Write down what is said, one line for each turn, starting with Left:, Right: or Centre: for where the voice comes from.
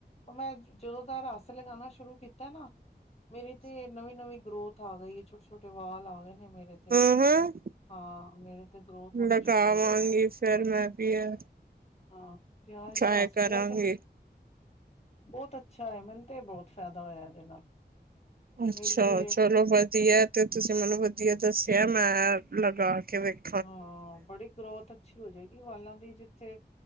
Left: ਉਹ ਮੈਂ, ਜਦੋਂ ਦਾ ਰਸ ਲਗਾਉਣਾ ਸ਼ੁਰੂ ਕੀਤਾ ਨਾ- ਮੇਰੀ ਤੇ ਨਵੀਂ- ਨਵੀਂ ਗਰੋਥ ਆ ਗਈ ਏ, ਛੋਟੇ- ਛੋਟੇ ਵਾਲ ਆ ਗਏ ਨੇ ਮੇਰੇ। ਤੇ
Right: ਹਮ-ਹਮ।
Left: ਹਾਂ ਮੇਰੇ ਤੇ ਗਰੋਥ ਹੋਣੀ
Right: ਲਗਾਵਾਂਗੀ
Left: ਸ਼ੁਰੂ ਹੋ ਗਈ
Right: ਫਿਰ ਮੈਂ ਵੀ ਐ।
Left: ਹਾਂ, ਪਿਆਜ
Right: ਟਰਾਈ
Left: ਦਾ ਰਸ
Right: ਕਰਾਂਗੀ।
Left: ਬੋਤ ਬਹੁਤ ਅੱਛਾ ਹੈ, ਮੈਨੂੰ ਤੇ ਬਹੁਤ ਫੈਦਾ ਹੋਇਆ ਇਹਦੇ ਨਾਲ।
Right: ਅੱਛਾ,
Left: ਮੇਰੀ ਤੇ
Right: ਚਲੋ ਵਧੀਆ ਤੇ ਤੁਸੀ ਮੈਨੂੰ ਵਧੀਆ ਦਸਿਆ ਮੈ ਲਗਾ ਕੇ ਵੇਖ
Left: ਹਾਂ, ਬੜੀ ਗਰੋਥ ਅੱਛੀ ਹੋ ਜਾਏਗੀ, ਵਾਲਾਂ ਦੀ ਜਿਥੇ